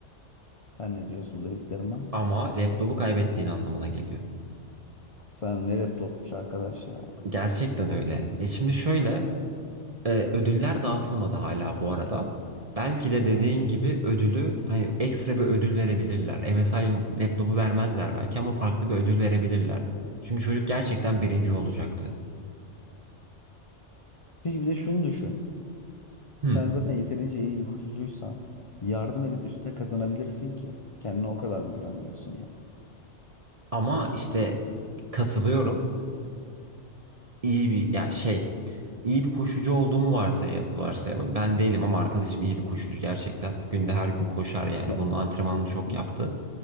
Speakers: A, on the left (about 45°); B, on the right (about 45°).
A: sen ne diyorsun bu dediklerime?
B: Ama laptopu kaybettiğin anlamına geliyor.
A: Sen ne rap topmuş arkadaş ya.
B: Gerçekten öyle. Ya şimdi şöyle e, ödüller dağıtılmadı hala bu arada. Belki de
A: Ha.
B: dediğin gibi ödülü hani ekstra bir ödül verebilirler. M S MSI laptopu vermezler belki ama farklı bir ödül verebilirler. Çünkü çocuk gerçekten birinci olacaktı.
A: Peki bir de şunu düşün.
B: Hmm.
A: Sen zaten yeterince iyi bir koşucuysan yardım edip üstüne kazanabilirsin ki. Kendine o kadar mı güvenmiyorsun yani?
B: Ama işte katılıyorum. iyi bir ya şey iyi bir koşucu olduğumu varsayalım, varsayalım. Ben değilim ama arkadaşım iyi bir koşucu gerçekten. Günde her gün koşar yani.
A: Ya,
B: Bunun antrenmanını çok
A: Hı hı.
B: yaptı.